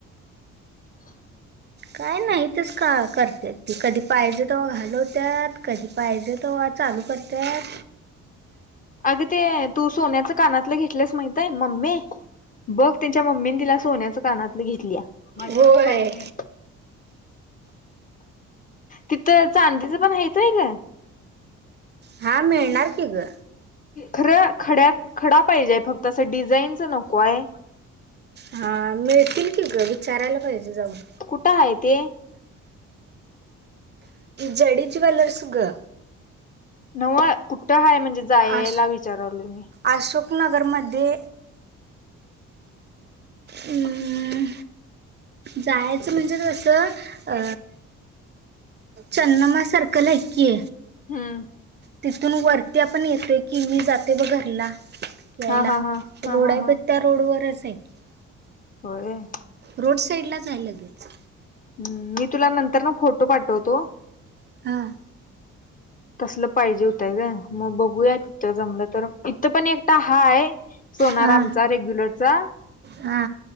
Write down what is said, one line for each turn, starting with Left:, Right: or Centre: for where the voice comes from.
Left: <inaudible>
Right: काय नाही तेच का करते ती कधी पाहिजे तेव्हा घालवत्यात कधी पाहिजे तवा चालू करत्यात.
Left: अगे ते तू सोन्याच कानातलं घेतलंस माहितय मम्मी बघ त्यांच्या मम्मीने तिला सोन्याच कानातलं घेतली माझ्या
Right: होय
Left: काय नाही तिथं चांदीच पण आहेत होय ग?
Right: हा मिळणार की ग.
Left: खरं खड्यात खडा पाहिजेय फक्त असं डिझाईनच नको आहे.
Right: हा मिळतील की ग विचारायला पाहिजे जाऊन.
Left: कुठं आहे ते
Right: जडी ज्वेलर्स ग.
Left: नव कुठं हाय म्हणजे जाया यायला
Right: अश
Left: विचारालोय मी.
Right: अशोकनगरमध्ये अं जायचं म्हणजे कसं अ चन्नमा सर्कल आहे की.
Left: हम्.
Right: तिथून वरती आपण येतोय की मी जाते बग घरला. यायला
Left: हा हा हा हा
Right: रोड
Left: हा
Right: आहे
Left: हा
Right: पण त्या रोड वरच आहे. की
Left: होय?
Right: रोड साईड लाच आहे लगेच.
Left: हम्म मी तुला नंतरनं फोटो पाठवतो.
Right: हां.
Left: तसलं पाहिजे होतंय गं. मग बघूयात त जमलं तर इथं पण एकटा हाय सोनार
Right: हा
Left: आमचा रेग्युलरचा.
Right: हा.